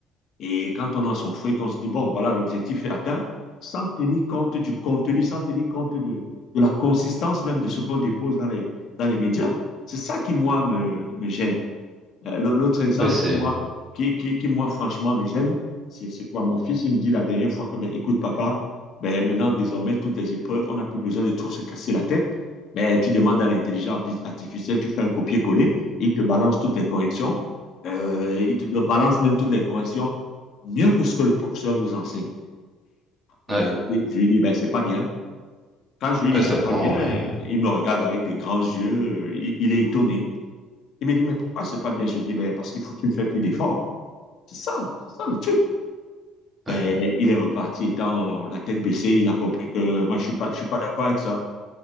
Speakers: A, on the left (about 50°); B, on the right (about 15°).
A: Et quand on a son fouet, qu'on se dit, bon, voilà, l'objectif est atteint, sans tenir compte du contenu, sans tenir compte de, de la consistance même de ce qu'on dépose dans les, dans les médias. C'est ça qui, moi, me, me gêne. Euh, l'au- L'autre exemple
B: ouais, c'est
A: qui, moi, qui, qui, qui, moi, franchement, me gêne, c'est c'est quoi? Mon fils, il me dit la dernière fois que, ben, écoute, papa, ben, maintenant, désormais, toutes les épreuves, on n'a plus besoin de trop se casser la tête. Ben, tu demandes à l'intelligence arti- artificielle, tu fais un copier-coller, et il te balance toutes les corrections. Euh, il te do- balance même toutes les corrections mieux que ce que le professeur nous enseigne. En
B: ouais,
A: réalité, je lui dis, ben, c'est pas bien. Quand je lui
B: ouais,
A: dis, c'est
B: t'apprends,
A: pas bien, euh,
B: ouais, ouais,
A: il me regarde avec des grands yeux, euh, il, il est étonné. Il me dit, mais pourquoi c'est pas bien? Je dis, ben, parce qu'il faut que tu ne fais plus d'efforts. C'est ça, c'est ça le truc. Mais
B: ouais.
A: il est reparti étant la tête baissée, il a compris que moi je suis pas, je suis pas d'accord avec ça.